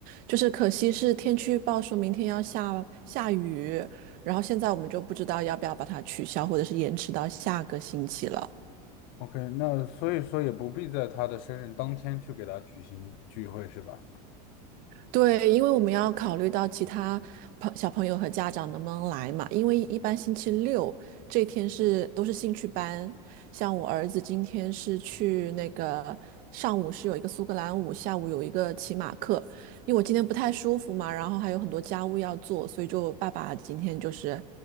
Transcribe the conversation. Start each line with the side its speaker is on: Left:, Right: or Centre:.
Right: 就是可惜是天气预报说明天要下下雨，然后现在我们就不知道要不要把它取消，或者是延迟到下个星期了。
Left: ？OK，那所以说也不必在他的生日当天去给他举行聚会，是吧？
Right: 对，因为我们要考虑到其他朋小朋友和家长能不能来嘛，因为一般星期六这天是都是兴趣班，像我儿子今天是去那个上午是有一个苏格兰舞，下午有一个骑马课，因为我今天不太舒服嘛，然后还有很多家务要做，所以就爸爸今天就是